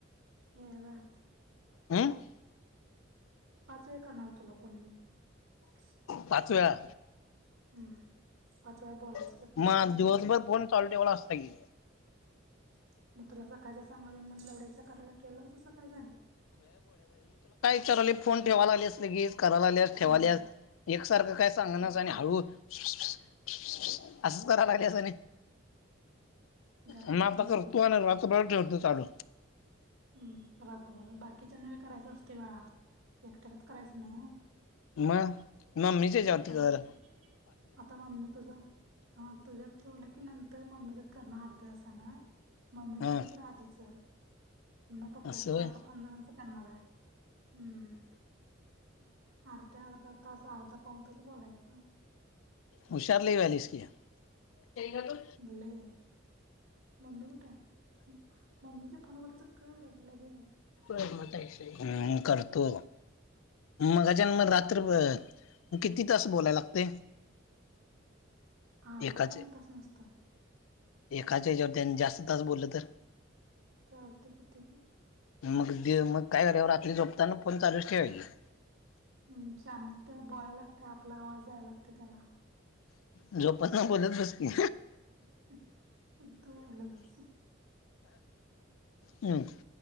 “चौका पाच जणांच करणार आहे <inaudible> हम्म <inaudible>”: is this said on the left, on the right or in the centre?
Right